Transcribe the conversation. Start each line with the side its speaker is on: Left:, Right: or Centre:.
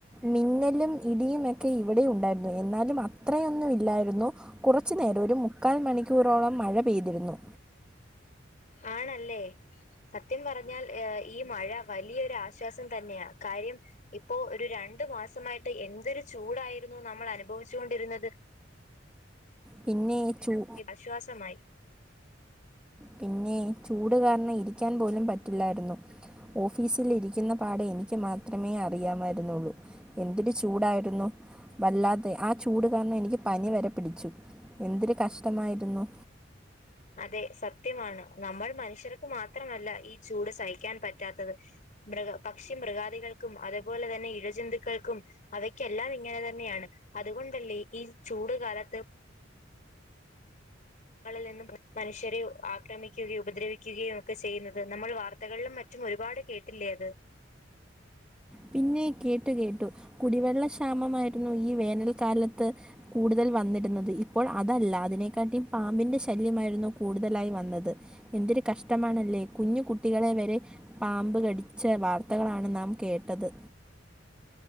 Centre: മിന്നലും ഇടിയും ക്കെ ഇവിടെ ഉണ്ടായി എന്നാലും അത്രയൊന്നുമില്ലായിരുന്നു കുറച്ച് നേരം ഒരു മുക്കാൽ മണിക്കൂറോളം മഴ പെയ്തിരുന്നു
Left: ആണല്ലേ സത്യം പറഞ്ഞാൽ ഏ ഈ മഴ വലിയൊരു ആശ്വാസം തന്നെയാ കാര്യം ഇപ്പോ ഒരു രണ്ടു മാസമായിട്ട് എന്തൊരു ചൂടായിരുന്നു നമ്മൾ അനുഭവിച്ചു കൊണ്ടിരുന്നത്
Centre: പിന്നെ ചൂ
Left: ആശ്വാസമായി
Centre: പിന്നെ ചൂടുകാരണം ഇരിക്കാൻ പോലും പറ്റില്ലായിരുന്നു ഓഫീസിൽ ഇരിക്കുന്ന പാടെ എനിക്ക് മാത്രമേ അറിയാമായിരുന്നുള്ളൂ എന്തൊരു ചൂടായിരുന്നു വല്ലാതെ ആ ചൂട് കാരണം എനിക്ക് പനി വരെ പിടിച്ചു എന്തൊരു കഷ്ടമായിരുന്നു
Left: അതെ സത്യമാണ് നമ്മൾ മനുഷ്യർക്ക് മാത്രമല്ല ഈ ചൂട് സഹിക്കാൻ പറ്റാത്തത് മൃഗ പക്ഷി മൃഗാദികൾക്കും അതുപോലെ തന്നെ ഇഴജന്തുക്കൾക്കും അവയ്ക്കെല്ലാം ഇങ്ങനെ തന്നെയാണ് അതുകൊണ്ടല്ലേ ഈ ചൂട് കാലത്ത് ങ്ങളിൽ നിന്നും മനുഷ്യരെ ആക്രമിക്കുകയും ഉപദ്രവിക്കുകയും ഒക്കെ ചെയ്യുന്നത് നമ്മൾ വാർത്തകളിലും മറ്റും ഒരുപാട് കേട്ടില്ലേ അത്
Centre: പിന്നെ കേട്ടു കേട്ടു കുടിവെള്ളക്ഷാമമായിരുന്നു ഈ വേനൽക്കാലത്ത് കൂടുതൽ വന്നിര് ന്നത് ഇപ്പോൾ അതല്ല അതിനെക്കാട്ടിം പാമ്പിൻ്റെ ശല്യമായിരുന്നു കൂടുതലായി വന്നത് എന്തൊരു കഷ്ടമാണല്ലേ കുഞ്ഞു കുട്ടികളെ വരെ പാമ്പ് കടിച്ച വാർത്തകളാണ് നാം കേട്ടത്